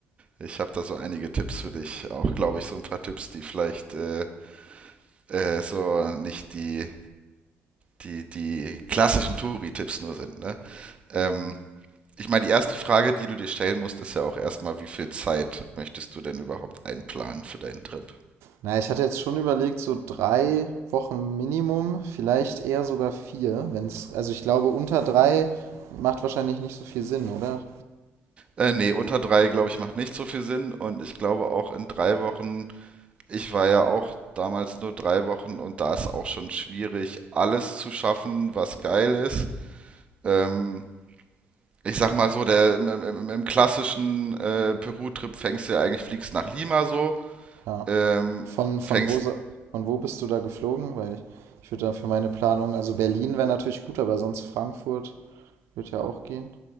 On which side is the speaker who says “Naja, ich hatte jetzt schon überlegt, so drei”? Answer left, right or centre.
Right